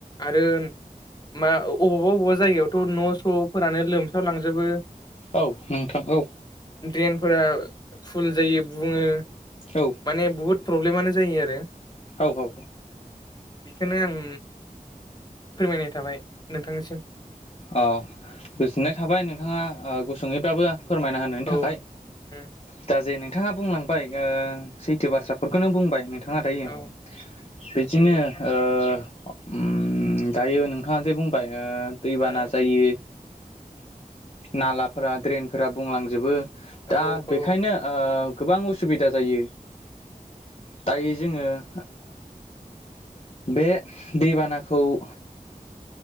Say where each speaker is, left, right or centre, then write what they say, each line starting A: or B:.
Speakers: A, on the left; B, on the left.
A: आरो मा अबावबा अबावबा जायगायावथ' न' स'फोरानो लोमसाव लांजोबो।
B: औ नोंथां औ।
A: द्रेनफोरा फुल जायो बुङो
B: औ
A: माने बहुद प्रब्लेमानो जायो आरो।
B: औ औ।
A: बेखौनो आं फोरमायनाय थाबाय नोंथांनिसिम।
B: अ गोजोननाय थाबाय नोंथाङा ओ गुसुङैब्लाबो। फोरमायना होनो थाखाय
A: औ उम
B: दा जे न थाङा बुंलांबाय ओ सैथो बाथ्राफोरखौनो बुंबाय नोंथा। थाङा दायो
A: औ
B: बिदिनो
A: नंगौ
B: ओ उम दायो नोंथाङा जे बुंबाय ओ। दैबाना
A: उम
B: जायो नालाफोरा द्रेनफोरा बुंलाङो। जोबो दा
A: औ
B: बेखायनो
A: औ उम
B: ओ गोबां उसुबिदा जायो। दायो जोङो ओ बे दैबानाखौ ओ